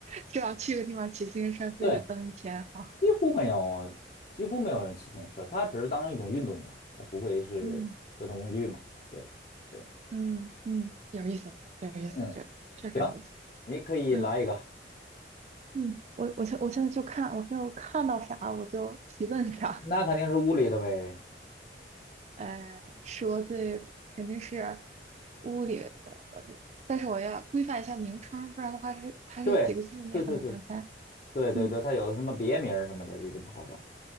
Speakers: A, on the right; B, on the left.
A: 这要去个地方骑自行车，非得蹬一天啊。
B: 对，几乎没有，几乎没有人骑自行车，它只是当一种运动嘛，它不会是交通工具嘛。
A: 嗯
B: 对对，
A: 嗯嗯，有意思，有意思，
B: 嗯，
A: 这个确实有意思。
B: 行，你可以来一个。
A: 嗯嗯，我我现我现在就看，我现在我看到啥我就提问啥。
B: 那肯定是屋里的呗。
A: 呃，说对了，肯定是屋里的我的但是我要规范一下名称，不然的话它是，它这几个字你也很难猜。
B: 对，对对对对对对，
A: 嗯，
B: 它有的什么别名儿什么的，这就不好整。